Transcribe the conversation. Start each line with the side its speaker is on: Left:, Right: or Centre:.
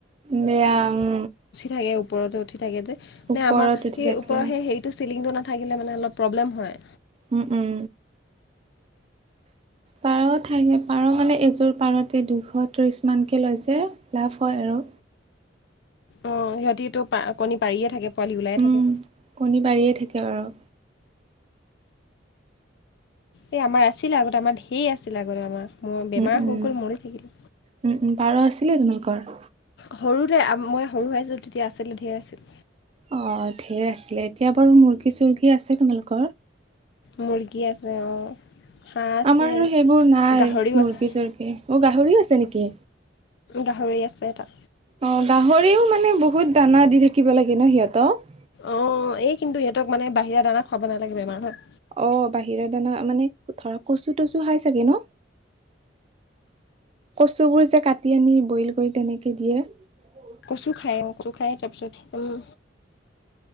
Right: বেয়া উম।
Left: থাকে ওপৰতে উঠি থাকে যে
Right: ওপৰত
Left: নে আমাৰ
Right: উঠি
Left: সেই
Right: থাকে
Left: ওপৰ সেইেৰিটো চিলিংটো নাথাকিলে মানে অলপ প্ৰব্লেম হয়।
Right: উম উম। পাৰ ঠাই পাৰ মানে এযোৰ পাৰতে দুশ ত্ৰিশ মানকৈ লৈছে। লাভ হয় আৰু
Left: অ সিহঁতিটো পা কণী পাৰিয়ে থাকে। পোৱালি ওলাই
Right: উম,
Left: থাকে
Right: কণী পাৰিয়ে থাকে বাৰু।
Left: এই আমাৰ আছিল। আগতে আমাৰ ধেই আছিল আগতে আমাৰ। মোৰ বেমাৰ
Right: উম-উম,
Left: হৈ গ'ল মৰি থাকিলে
Right: উম-উম পাৰ আছিলে তোমালোকৰ?
Left: সৰুতে মই সৰু হৈ আছিলোঁ, তেতিয়া আছিলে ধেই আছিল।
Right: অ, ধেই আছিলে। এতিয়া বাৰু মুৰ্গী-চুৰ্গী আছে তোমালোকৰ?
Left: মুৰ্গী আছে অ। হাঁহ আছে
Right: আমাৰ আৰু সেইবোৰ নাই
Left: গাহৰিও
Right: মুৰ্গী-চুৰ্গী।
Left: আছে
Right: অ গাহৰিও আছে নেকি?
Left: গাহৰি আছে এটা।
Right: অ, গাহৰিও মানে বহুত দানা দি থাকিব লাগে ন সিহঁতক?
Left: অ, এই কিন্তু ইহঁতক মানে বাহিৰা দান খাব নালাগে, বেমাৰ হয়।
Right: অ, বাহিৰৰ দানা মানে ধৰা কচু তচু খাই চাগে ন? কচুবোৰ যে কাটি আনি বইল কৰি তেনেকে দিয়ে।
Left: কচু খায় অ, কচু খায় তাৰপিছত উম।